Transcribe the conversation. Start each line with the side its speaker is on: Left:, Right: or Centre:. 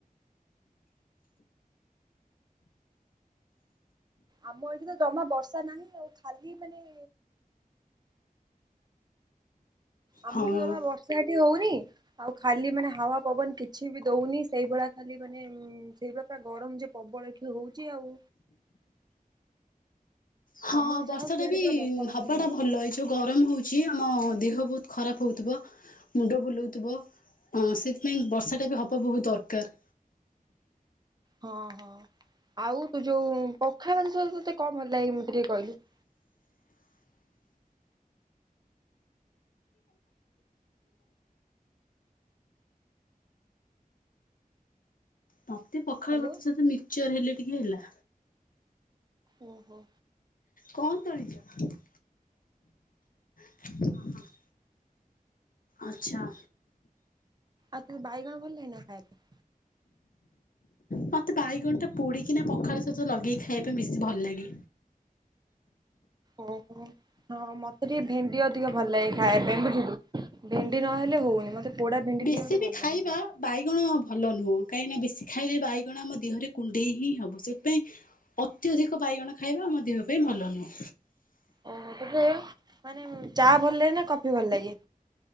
Right: ଆମ ଏଠି ତ ଜମା ବର୍ଷା ନାହିଁ ଆଉ, ଖାଲି ମାନେ ଆମର
Left: ହଁ।
Right: ତ ଜମା ବର୍ଷା ଏ ଠି ହଉନି, ଆଉ ଖାଲି ମାନେ ହାୱା ପବନ କିଛି ବି ଦଉନି, ସେଇଭଳିଆ ଖାଲି ମାନେ ହୁଁ, ସେଇ ପ୍ରକା ଗରମ ଯେ ପ୍ରବଳ ଏଠି ହଉଛି ଆଉ।
Left: ହଁ
Right: ତମର
Left: ବର୍ଷା
Right: ଯାହା ହଉ ସିଆଡେ
Left: ଟା ବି
Right: ପୁରା ବର୍ଷା ବର୍ଷି
Left: ହବାଟା
Right: ହଉଛି
Left: ଭଲ, ଏଇ ଯୋଉ ଗରମ ହଉଛି ଆମ ଦେହ ବହୁତ ଖରାପ ହଉଥୁବ, ମୁଣ୍ଡ ବୁଲଉଥୁବ, ସେଥିପାଇଁ ବର୍ଷାଟା ବି ହବା ବହୁତ ଦରକାର।
Right: ହଁ, ହଁ ଆଉ ତୁ ଯୋଉ ପଖାଳ ସହିତ ତୋତେ କଣ ଭଲ ଲାଗେ ମୋତେ ଟିକେ କହିଲୁ।
Left: ମୋତେ ପଖାଳ
Right: ହ୍ୟାଲୋ
Left: ସହିତ ମିକଚର୍ ହେଲେ ଟିକେ ହେଲା।
Right: ଓ ହୋ।
Left: କଣ୍ କରିଚ? ହଁ ହଁ। ଆଚ୍ଛା।
Right: ଆଉ ତେ ବାଇଗଣ ଭଲ ଲାଗେ ନା ଖାଇଆକୁ?
Left: ମୋତେ ବାଇଗଣଟା ପୋଡ଼ିକିନା ପଖାଳ ସହିତ ଲଗେଇକି ଖାଇଆ ପାଇଁ ବେଶୀ ଭଲ ଲାଗେ।
Right: ଓ ହୋ। ହଁ ମତେ ଟିକେ ଭେଣ୍ଡି ଅଧିକ ଭଲ ଲାଗେ ଖାଇଆ ପାଇଁ ବୁଝିଲୁ। ଭେଣ୍ଡି ନହେଲେ ହଉନି ମତେ ପୋଡା ଭେଣ୍ଡି
Left: ବେଶୀ
Right: ଟିକେ ମତେ
Left: ବି
Right: ଭଲ
Left: ଖାଇବା
Right: ଲାଗେ ଭାରି।
Left: ବାଇଗଣ ଭଲ ନୁହଁ। କାହିଁକିନା ବେଶୀ ଖାଇଲେ ବାଇଗଣ ଆମ ଦେହରେ କୁଣ୍ଡେଇ ହିଁ ହବ ସେଥିପାଇଁ ଅତ୍ୟଧିକ ବାଇଗଣ ଖାଇବା ଆମ ଦେହ ପାଇଁ ଭଲ ନୁହଁ।
Right: ଓ ହୋ ତେବେ ମାନେ ଚା ଭଲ ଲାଗେ ନା କଫି ଭଲ ଲାଗେ?